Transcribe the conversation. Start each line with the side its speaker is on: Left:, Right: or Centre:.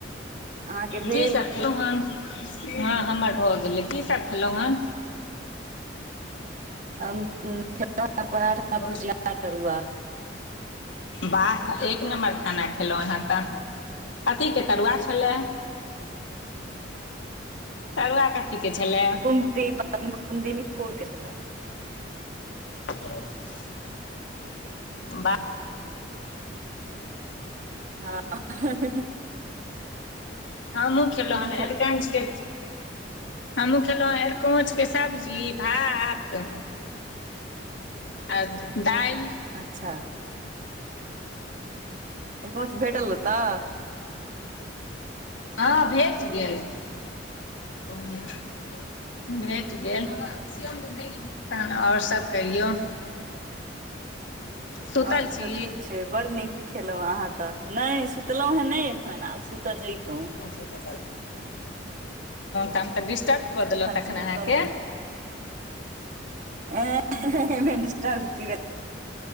Right: अहाँके भेल
Left: जी सखि। <inaudible> हँ हमर भऽ गेलैए की सब खे लो ह
Right: हम्म आ पराठा <inaudible>
Left: <inaudible>
Right: तरुआ
Left: वाह एक नम्बर खाना खेलहु आंहा तऽ कथि के तरुआ छला तरुआ कथि के छला
Right: <inaudible> फूलके छला
Left: <inaudible> वाह
Right: हँ हाहा
Left: हमहूँ खेलो हन
Right: खेल
Left: अरिकंच के हमहुँ खेलहुँ ह अरकोच के सब्जी भात आ दाइल
Right: अच्छा अरिकोच भैटल ओतए
Left: हँ भेट गेल। <inaudible> <inaudible> भेट गेल तहन ओर सभ कहियौ। सुतल
Right: और सभ
Left: छी
Right: ठीक छै बड़ नीक खेलहु अहाँ तऽ नहि सुतलहुं हे नहि। आब सुत आ जैइतो
Left: हैं तऽ डिस्टर्ब। कऽ देलहुँ
Right: एखन
Left: तखन
Right: सुतलहुँ
Left: अहाँकेँ
Right: आ हा दिस्टूर्ब कि